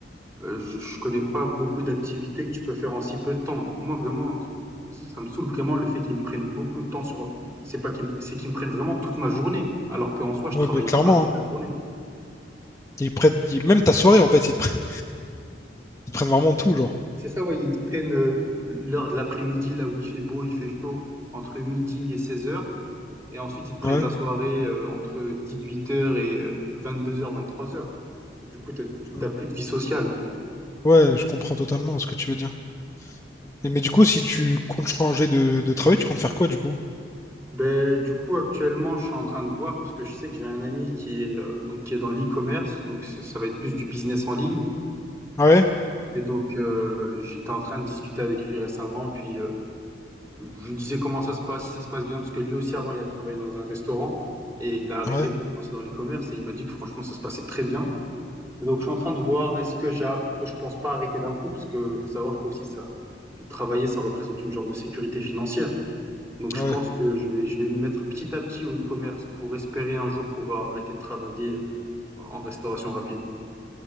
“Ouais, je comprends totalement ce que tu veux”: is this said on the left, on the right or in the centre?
Left